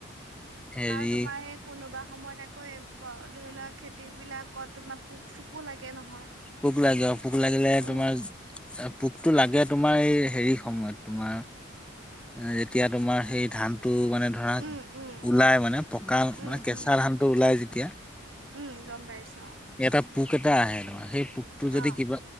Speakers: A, in the centre; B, on the right.
A: হেৰি
B: আৰু তোমাৰ এই কোনোবা সময়ত আকৌ এই ধৰি লোৱা খেতি বিলাকত তোমাৰ পোক চোকো লাগে নহয়।
A: পোক লাগে ও পোক লাগিলে
B: উম,
A: তোমাৰ পোকতো লাগে তোমাৰ এই হেৰি সময়ত তোমাৰ যেতিয়া তোমাৰ সেই ধানটো মানে ধৰা
B: উম, উম,
A: ওলাই মানে পকা
B: উম,
A: মানে কেঁচা
B: উম,
A: ধানটো ওলাই যেতিয়া
B: উম গম পাইছো। অ',
A: এটা পোক এটা আহে সেই পোকটো যদি
B: অ',
A: কিবা